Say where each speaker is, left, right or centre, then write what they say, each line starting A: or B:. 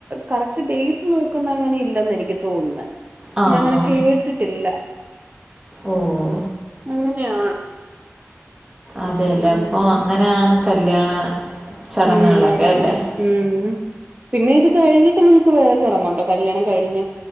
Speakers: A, on the right (about 35°); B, on the right (about 15°).
A: കറക്റ്റ് ഡേയ്‌സ് നോക്കുന്നെ അങ്ങനെ ഇല്ല എന്നാ എനിക്ക് തോന്ന്ന്നെ
B: ആ
A: ഞാ അങ്ങനെ
B: ഹാ
A: കേട്ടിട്ട് ഇല്ല
B: ഓഹ്
A: അങ്ങനെ ആണ്
B: അതെ
A: ഉം
B: ലെ അപ്പൊ അങ്ങനെയാണ് കല്യാണ ചടങ്ങുകളൊക്കെ
A: ഉം അതെ അതെ
B: അല്ലേ
A: ഉം പിന്നെ ഇത് കഴിഞ്ഞിട്ട് നിങ്ങക്ക് വേറെ ചടങ്ങുണ്ടോ? കല്യാണം കഴിഞ്ഞ്?